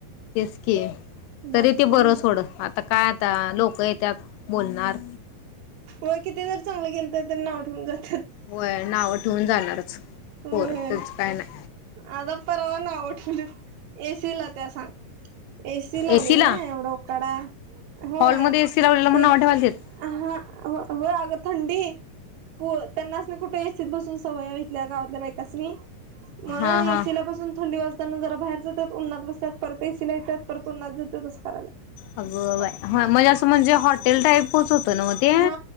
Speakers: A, on the left; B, on the right.
A: तेचकी
B: बाकी
A: तरी ते
B: कोण
A: बर
B: नव्हती
A: सोड हात आता काय आता लोक येत्यात बोलणार
B: व्हय किती जर चांगलं केलंत तर नाव ठेवून जात
A: होय नाव ठेवून जाणार
B: होय
A: पोर त्यांच काय नाय.
B: आता परवा नाव ठेवलीत एसीला त्या सांग एसी लावलेल
A: एसीला
B: ना एवढं उकाडा होय
A: हॉलमध्ये एसी लावलेला म्हणून
B: ते
A: नाव ठेवालतीत
B: हा हो अग थंडी पु त्यांनास नी कुठ एसी बसून सवय हाय इथल्या गावातल्या बायकासनी म
A: हा हा
B: एसी ला पासून थंडी वाज ना जरा बाहेर जातात उन्हात बसतात. परत एसिला येत्यात परत उन्हात जात्यात अस कराल्यात
A: अगं बाय हा म्हणजे असं म्हणजे हॉटेल टाइपच होतं ना मग ते
B: हा